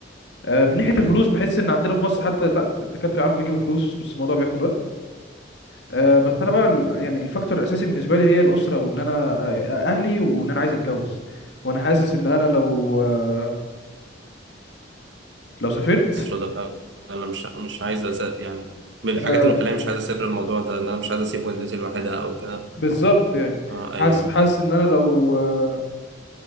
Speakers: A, on the left; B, on the right.
A: آه من ناحيه الفلوس بحس ان عندنا في مصر حتى لا الدكاتره يعرفوا يجيبوا فلوس بس الموضوع بياخد أه بس انا بقى ال- يعني الفاكتور الاساسي بالنسبه لي هي الاسره وان انا آه، اهلي وان انا عايز اتجوز وانا حاسس ان انا لو آه، لو سافرت
B: مصر ده انا مش مش عايز أس... يعني من
A: أه
B: الحاجات اللي مخليني مش عايز اسافر الموضوع ده ان انا مش عايز اسيب والدتي لوحدها او كده
A: بالظبط يعني
B: آه ايوه
A: حاسس حاسس ان انا لو آه،